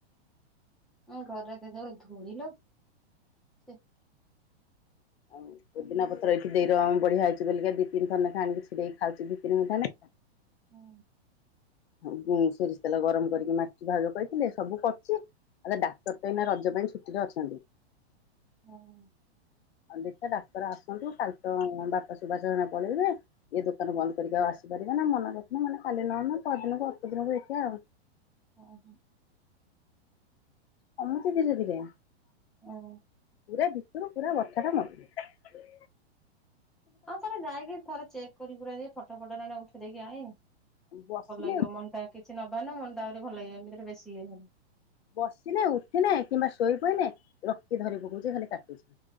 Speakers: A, in the centre; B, on the left.
A: ଏ ଘର କେତେଯୋର ଧୂଳିଲୋ। ସେ
B: ଆଉ ପୋଦିନା ପତ୍ର ଏଠି ଦେଇଦବ ଆମ ବଢିଆ ହେଇଛି ବୋଲି ଲା ଦି ନିତି ଥର ଲେଖା ଆଣିକି ଛିଡେଇ ଖାଉଛି ଦି ତିନି ପାନେ।
A: ହୁଁ।
B: ହ ହୁଁ ସୋରିଷ ତେଲ ଗରମ କରିକି ମାରିଥିଲି ଭାଲ କହିଥିଲେ ସବୁ କରୁଛି। ଆ ରେ ଡାକ୍ତର ତ ଏଇନା ରଜ ପାଇଁ ଛୁଟିରେ ଅଛନ୍ତି।
A: ହୁଁ।
B: ଆଉ ଦେଖିଆ ଡାକ୍ତର ଆସନ୍ତୁ କାଲି ତ ବାପା ସୁବାସ ନନା ପଳେଇବେ। ଇଏ ଦୋକାନ ବନ୍ଦ କରିକି ଆଉ ଆସିପାରିବା ନା ମେନେ ରଖିନ ମାନେ କାଲି ନହେନେ ପରଦିନକୁ ଅପର ଦିନକୁ ଦେଖିବା ଆଉ।
A: ଓହୋ।
B: କମୁଚି ଧୀରେ ଧୀରେ।
A: ଓ ହୋ।
B: ପୁରା ଭିତୁରୁ ପୁରା ଗଛ ଟା ମରିଯିବ।
A: ଆଉ ଥରେ ଯାଇକି ଥରେ ଚେକ୍ କରି କୁରାକି ଫଟ ଫଟ ଏରା ଏଇନା ଉଠେଇ ଦେଇକି ଆଇନି।
B: ବସିନେ
A: ଭଲ୍ ଲାଗିବ ମନ ଟା କିଛି ନବା ନା ମନ ଟା ଆହୁରି ଭଲ୍ ଲାଗିବ ଏମିତିରେ ବେଶୀ ଇଏ ହବ।
B: ବସିନେ ଉଠିନେ କିମ୍ବା ଶୋଇ ପଇନେ ରକି ଧରିପକଉଚି ଯେ ଖାଲି କାଟୁଚି।